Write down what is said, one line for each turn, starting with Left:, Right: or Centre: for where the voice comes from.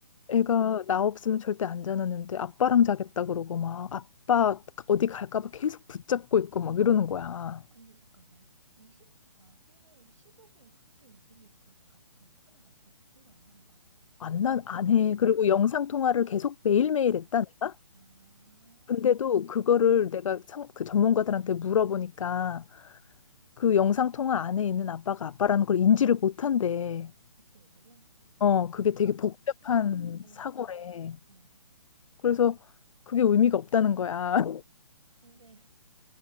Right: 어?
Left: 애가 나 없으면 절대 안 자는데 아빠랑 자겠다 그러고 막 아빠 어디 갈까 봐 계속 붙잡고 있고 막 이러는 거야.
Right: 어, 근데 잠깐만. 24개월, 15개월 그때 애들이 그걸 다 기억하나? 나 잘 기억이 안 난다.
Left: 안,
Right: 완전
Left: 난
Right: 애기
Left: 안
Right: 때
Left: 해.
Right: 아닌가?
Left: 그리고 영상 통화를 계속 매일매일
Right: 아,
Left: 했다 내가?
Right: 아,
Left: 근데도 그거를
Right: 어,
Left: 내가 상- 그 전문가들한테 물어보니까 그 영상 통화 안에 있는 아빠가 아빠라는 걸 인지를 못한대.
Right: 그때 애들은
Left: 어, 그게 되게
Right: 그러니까
Left: 복잡한
Right: 좀, 어,
Left: 사고래.
Right: 어.
Left: 그래서 그게 의미가 없다는 거야. <laughs>
Right: 근데